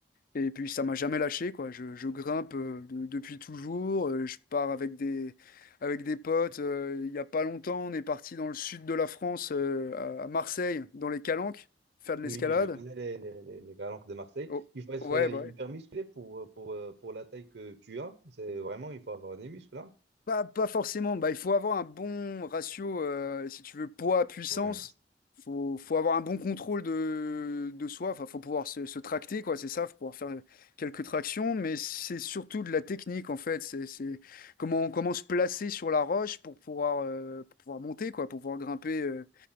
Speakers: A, on the left; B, on the right.
A: Et puis ça m'a jamais lâché, quoi. Je, je grimpe euh, de- depuis toujours. Euh, je pars avec des, avec des potes. Euh, il y a pas longtemps, on est parti dans le sud de la France, euh, à à Marseille, dans les Calanques, faire de
B: Oui,
A: l'escalade.
B: je connais les, les, les, les calanques de Marseille.
A: Oh,
B: Il faut être
A: ouais,
B: euh, hyper
A: bah ouais.
B: musclé pour, euh, pour, euh, pour la taille que tu as. C'est vraiment, il faut avoir des muscles, là.
A: Pas, pas forcément. Bah, il faut avoir un bon ratio, euh, si tu veux, poids-puissance.
B: Ouais,
A: Faut, faut avoir un bon contrôle de, de soi. Enfin, faut pouvoir se, se tracter, quoi. C'est ça, faut pouvoir faire euh, quelques tractions. Mais c'est surtout de la technique, en fait. C'est, c'est comment, comment se placer sur la roche pour pouvoir, euh, pour pouvoir monter, quoi, pour pouvoir grimper. euh,